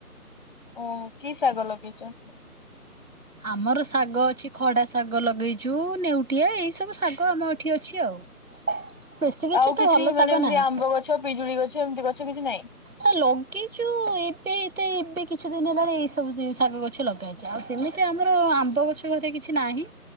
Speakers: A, on the left (about 30°); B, on the right (about 65°).
A: ଓ କି ଶାଗ ଲଗେଇଛ?
B: ଆମର ଶାଗ ଅଛି ଖଡା ଶାଗ ଲଗେଇଛୁ ନେଉଟିଆ ଏଇ ସବୁ ଶାଗ ଆମ ଏଠି ଅଛି ଆଉ। ବେଶୀ କିଛି
A: ଆଉ
B: ତେ ଭଲ
A: ମାନେ
B: ଶାଗ
A: ଏମିତି
B: ନାହିଁ
A: ଆମ୍ବ ଗଛ ପିଜୁଳି ଗଛ ଏମିତି ଗଛ କିଛି ନାହିଁ?
B: ଆ ଲଗେଇଛୁ ଏବେ ଏତ କିଛି ଦିନ ହେଲାଣି ଏଇ ସବୁ ଶାଗ ଗଛ ଲଗାାଇଛି ଆଉ ସେମିତି। ଏ ଆମର ଆମ୍ବ ଗଛ ଘରେ କିଛି ନାହିଁ।